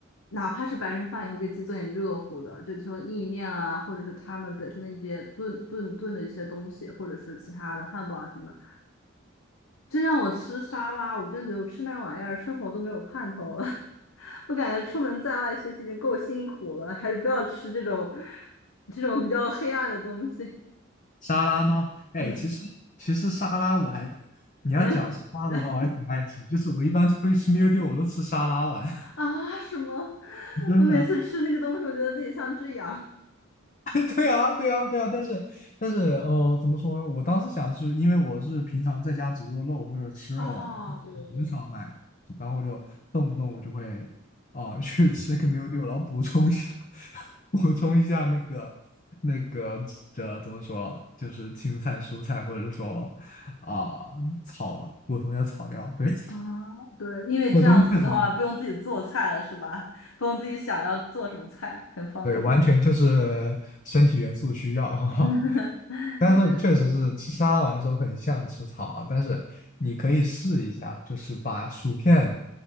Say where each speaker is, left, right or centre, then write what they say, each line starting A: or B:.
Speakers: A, on the left (about 85°); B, on the left (about 40°).
A: 哪怕是白人饭也会给自己做点热乎的，就就意面啊，或者是他们本身的一些炖炖炖的一些东西，或者是其他的汉堡啊什么的。真让我吃沙拉，我真觉得我吃那玩意儿，生活都没有盼头了。<laughs> 我感觉出门在外学习已经够辛苦了，还是不要吃这种这种比较黑暗的东西。
B: <laughs> 沙拉吗？哎，
A: 嗯
B: 其实其实沙拉我还，你要讲沙拉的话，
A: 嗯，<laughs>
B: 我还挺爱吃。就是我一般出去吃 meal d e 我都吃沙拉碗，
A: <laughs> 啊，什么？
B: <laughs> 真的。
A: 我每次吃那个东西，我觉得自己像只羊。
B: <laughs> 对啊，对啊，对啊，但是，但是，呃，怎么说呢？我当时想的是，因为我是平常在家只做肉或者吃肉啊，
A: <laughs> 啊，对对对，
B: 很少买，然后就动不动我就会啊、去吃个 meal d e a 然后补充一下，<laughs> 补充一下那个那个这怎么说，就是青菜、蔬菜，或者说啊、草吧，补充一下草料。对，<laughs>
A: 啊，对，因为这样子的话，
B: 这个东西确实
A: 不用自己做菜了，是吧？不用自己想要做什么菜，很方便。
B: 对，完全就是身体元素需要。<laughs>
A: <laughs>
B: 但是确实是吃沙拉碗的时候很像吃草啊，
A: 就是
B: 但是你可以试一下，就是把薯片